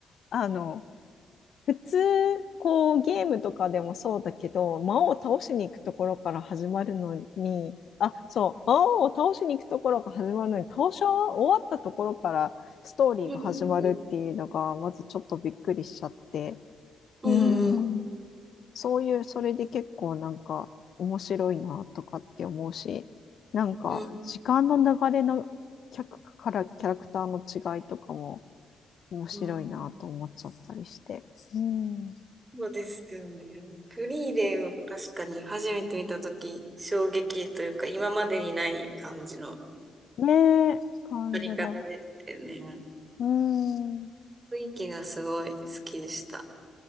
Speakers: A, on the left (about 65°); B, on the right (about 30°).
A: あの、普通、こう、ゲームとかでもそうだけど、魔王を倒しに行くところから始まるのに、あ、そう、魔王を倒しに行くところが始まるのに、倒し終わったところからストーリーが始まるっていうのが、
B: うん、うん、
A: まずちょっとびっくりしちゃって、
B: うん、
A: うーん、
B: うん、
A: そういう、それで結構なんか面白いなとかって思うし、なんか時間の流れの客からキャラクターの違いとかも
B: うん、
A: 面白いなと思っちゃったりして。
B: うん
A: うん。
B: そうですよね。フリーレン、確かに初めて見たとき、衝撃というか、今までにない感じの
A: ねえ、感じが。
B: 撮り方でしたよね。
A: うーん。
B: 雰囲気がすごい好きでした。